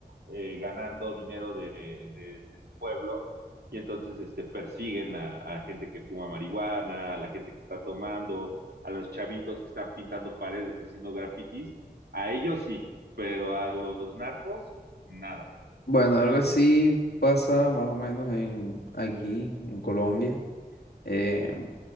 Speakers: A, on the right; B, on the left.
A: eh, ganando dinero de- de- del pueblo y entonces este persiguen a, a gente que fuma marihuana, a la gente que está tomando, a los chavitos que están pintando paredes y haciendo grafitis, a ellos sí, pero a los narcos nada.
B: Bueno, algo así pasa más o menos en aquí, en Colombia. Eh,